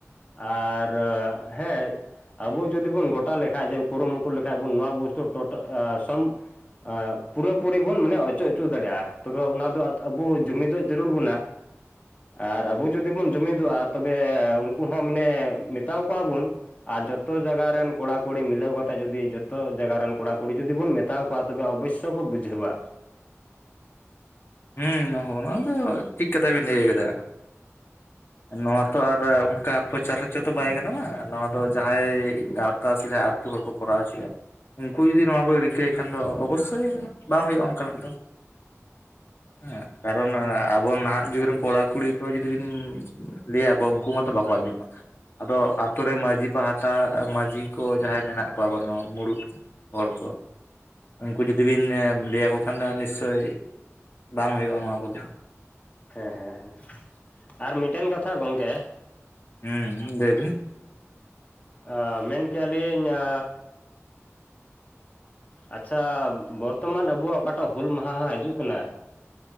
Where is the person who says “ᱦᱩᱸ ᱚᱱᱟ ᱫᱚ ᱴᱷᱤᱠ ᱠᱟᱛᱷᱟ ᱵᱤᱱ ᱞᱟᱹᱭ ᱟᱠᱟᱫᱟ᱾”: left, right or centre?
Left